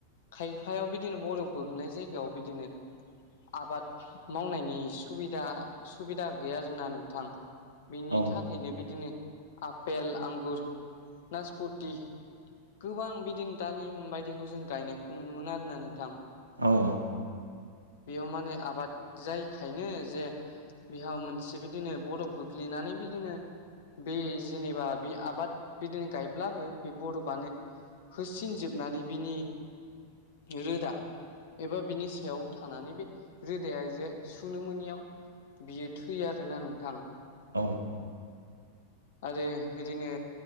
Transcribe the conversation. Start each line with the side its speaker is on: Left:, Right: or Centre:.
Left: खायफायाव बिदिनो बरफ गोग्लैनाय जायगायाव बिदिनो आबाद मावनायनि सुबिदा सुबिदा गैया आरोना नोंथां बेनि
Right: औ
Left: था खायनो बिदिनो आपेल आंगुर नासपथि गोबां बिदिनो दालिम बायदिखौ जों गायनायखौ नुनो मोन आरोना नोंथां
Right: औ
Left: बेयाव माने आबाद जायखायनो जे बिहाव मोनसे बिदिनो बरफ गोग्लैनानै बिदिनो बे जेनेबा बे आबाद बिदिनो गायब्लाबो बे बर'फानो होसिनजोबनानै बिनि रोदा एबा बिनि सायाव थानानै बे रोदाया जे सुनो मोनोनियाव बियो थैयो आरोना नोंथां
Right: औ
Left: आरो बिदिनो